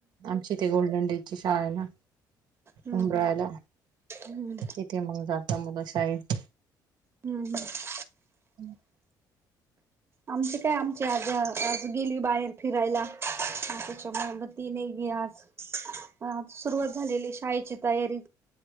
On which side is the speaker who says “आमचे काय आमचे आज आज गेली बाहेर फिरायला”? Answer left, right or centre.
Right